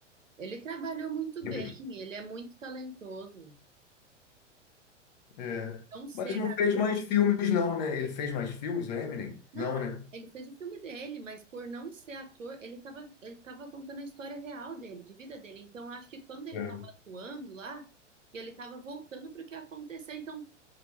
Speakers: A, on the right; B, on the left.
A: Ele trabalhou muito
B: Eminem.
A: bem, ele é muito talentoso.
B: É.
A: Não ser,
B: Mas não
A: a-
B: fez mais filmes, não, né? Ele fez mais filmes, né, Eminem?
A: não,
B: Não, né?
A: ele fez o filme dele, mas por não ser ator, ele estava ele tava contando a história real dele, de vida dele. Então acho que quando ele
B: É.
A: estava atuando lá, e ele estava voltando para o que aconteceu. Então